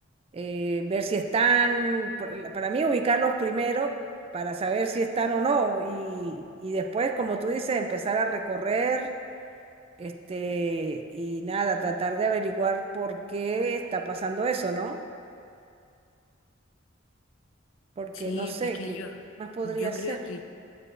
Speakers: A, on the right; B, on the left.
A: eh, ver si están, por- para mí ubicarlos primero para saber si están o no y, y después, como tú dices, empezar a recorrer este, y nada, tratar de averiguar por qué está pasando eso, ¿no? Porque
B: Sí,
A: no sé,
B: es que
A: ¿qué
B: yo,
A: más podría
B: yo
A: ser?
B: creo que